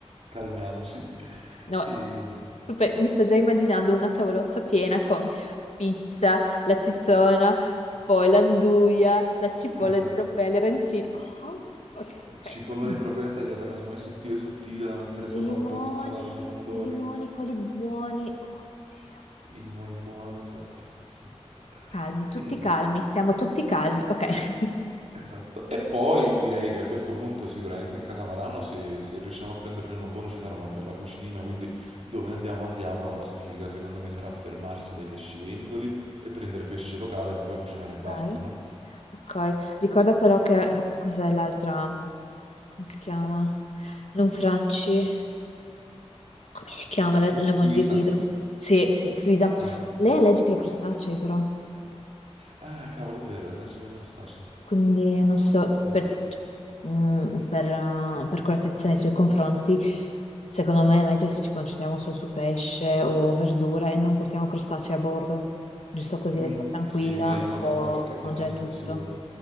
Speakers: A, on the right (about 75°); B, on the left (about 85°).
A: Calmiamoci.
B: No,
A: E,
B: super- mi sto già immaginando una tavolozza piena con pizza, la tizzona, poi l'anduia, la cipolla
A: esatto.
B: di trofeo, gli arancini. Oh, ok, ok.
A: Cipolla
B: Madonna.
A: di Tropea tagliata casomai sottile sottile da mettere sopra
B: I limoni,
A: un po' di insalata di pomodori.
B: i limoni, quelli buoni. Oddio.
A: I limoni buoni, esatto, esatto.
B: Calmi, tutti
A: E-
B: calmi, stiamo tutti calmi. Ok. <laughs>
A: Esatto, e poi direi che a questo punto sicuramente in catamarano se, se riusciamo a prenderne uno buono ci sarà una bella cucinina, quindi dove andiamo andiamo, la cosa figa secondo me sarà fermarsi dai pescivendoli e prendere pesce locale da poi cucinare
B: Ok.
A: in barca, no?
B: Ok, ricorda però che cos'è l'altra, come si chiama? Non Franci. Come si chiama la, la moglie
A: Luisa?
B: di Guido? Sì, sì, Luisa.
A: Ah,
B: Lei è allergica ai crostacei, però,
A: Ah, cavolo, è vero, è allergica ai crostacei.
B: quindi non so,
A: Ahia.
B: per, cioè, mm, per, eh, per correttezza nei suoi confronti, secondo me è meglio se ci concentriamo solo su pesce o verdure e non portiamo crostacei a bordo, giusto così
A: Mm,
B: lei sta tranquilla
A: sì, meglio,
B: e
A: no,
B: può
A: casomai qualche contaminazione.
B: mangiare tutto.